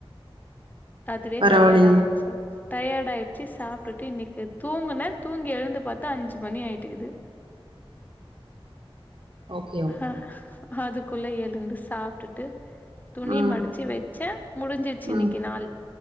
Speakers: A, on the left; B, on the right.
A: அதுவே
B: பரவால்லைங்க
A: டயர்ட் ஆயிடுச்சு டயர்டாயிடுச்சி சாப்ட்டுட்டு இன்னைக்கு தூங்குன தூங்கி எழுந்து பாத்தா அஞ்சு மணி ஆயிட்டிக்குது
B: <inaudible>
A: அஹ
B: ஓகே
A: அதுக்குள்ள எழுந்து சாப்டுட்டு துணி
B: ம்
A: மடிச்சி வெச்ச முடிஞ்சிச்சு இன்னிக்கு
B: ம்
A: நாள்